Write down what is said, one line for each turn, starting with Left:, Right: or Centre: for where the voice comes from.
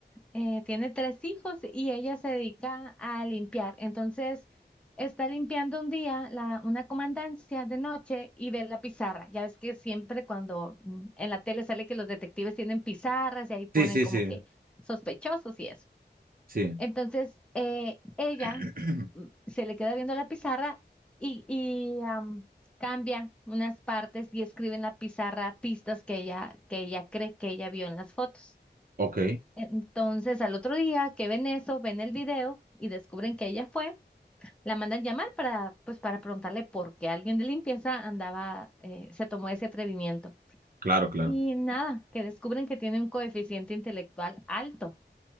Centre: eh, tiene tres hijos y ella se dedica a limpiar. Entonces, está limpiando un día la, una comandancia de noche y ve la pizarra. Ya ves que siempre cuando mm, en la tele sale que los detectives tienen pizarras y ahí ponen
Right: Sí, sí,
Centre: como
Right: sí,
Centre: que sospechosos y eso.
Right: sí.
Centre: Entonces, eh, ella
Right: <clears throat>
Centre: mm, se le queda viendo la pizarra y, y, am, cambia unas partes y escribe en la pizarra pistas que ella, que ella cree que ella vio en las fotos.
Right: Ok,
Centre: Entonces, al otro día que ven eso, ven el video y descubren que ella fue, la mandan llamar para, pues, para preguntarle por qué alguien de limpieza andaba, eh, se tomó ese atrevimiento.
Right: claro, claro.
Centre: Y nada, que descubren que tiene un coeficiente intelectual alto